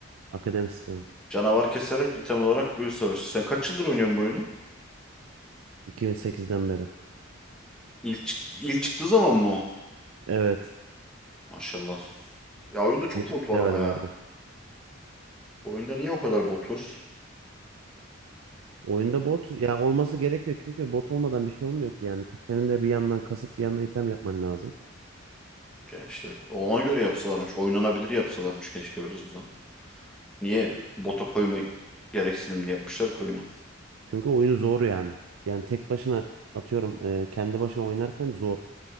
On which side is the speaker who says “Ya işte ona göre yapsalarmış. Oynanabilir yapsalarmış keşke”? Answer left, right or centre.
Centre